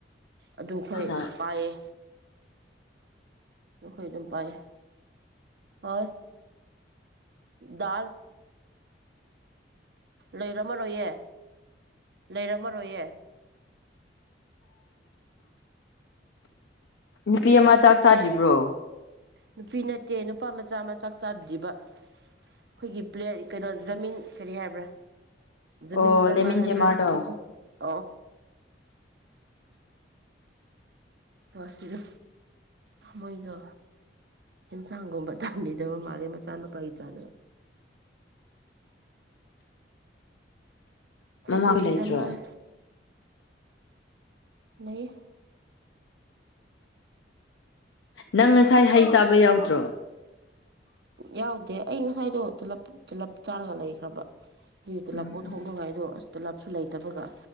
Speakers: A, on the right; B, on the left.
A: ꯑꯗꯨ ꯑꯩꯈꯣꯏ
B: ꯀꯅꯥ
A: ꯄꯥꯏꯌꯦ ꯑꯩꯈꯣꯏ ꯑꯗꯨꯝ ꯄꯥꯏꯌꯦ ꯍꯣꯏ ꯗꯥꯜ ꯂꯩꯔꯝꯃꯔꯣꯏꯌꯦ ꯂꯩꯔꯝꯃꯔꯣꯏꯌꯦ
B: ꯅꯨꯄꯤ ꯑꯃ ꯆꯥꯛ ꯆꯥꯗ꯭ꯔꯤꯕ꯭ꯔꯣ
A: ꯅꯨꯄꯤ ꯅꯠꯇꯦ ꯅꯨꯄꯥ ꯃꯆꯥ ꯃ ꯆꯥꯛ ꯆꯥꯗ꯭ꯔꯤꯕ ꯑꯩꯈꯣꯏꯒꯤ ꯄ꯭ꯂꯦꯌꯔ ꯀꯩꯅꯣ ꯖꯃꯤꯟ ꯀꯔꯤ ꯍꯥꯏꯕ꯭ꯔꯥ ꯃꯤꯟ
B: ꯑꯣ
A: ꯖꯃꯔ
B: ꯂꯦꯃꯤꯟ
A: ꯍꯥꯏꯕ꯭ꯔꯥ
B: ꯖꯦꯃꯥꯔꯗꯣ
A: ꯑꯣ ꯇꯣ ꯑꯁꯤꯗ ꯃꯣꯏꯗꯣ ꯑꯦꯟꯁꯥꯡꯒꯨꯝꯕ ꯊꯝꯕꯤꯗꯕ ꯃꯥꯜꯂꯦ ꯃꯆꯥꯅꯨꯄꯥꯒꯤ ꯆꯥꯅꯕ
B: ꯃꯃꯥꯈꯣꯏ
A: ꯃꯤꯟ
B: ꯂꯩꯇ꯭ꯔꯣ
A: ꯃꯥꯟ ꯂꯩ
B: ꯅꯪ ꯉꯁꯥꯏ ꯍꯩ ꯆꯥꯕ ꯌꯥꯎꯗ꯭ꯔꯣ
A: ꯌꯥꯎꯗꯦ ꯑꯩ ꯉꯁꯥꯏꯗꯣ ꯇꯂꯞ ꯇꯂꯞ ꯆꯥꯔꯒ ꯂꯩꯈ꯭ꯔꯕ ꯅꯒꯤ ꯇꯂꯞ
B: ꯎꯝ
A: ꯑꯣꯠꯊꯣꯛꯅꯉꯥꯏꯗꯣ ꯑꯁ ꯇꯂꯞꯁꯨ ꯂꯩꯇꯕꯒ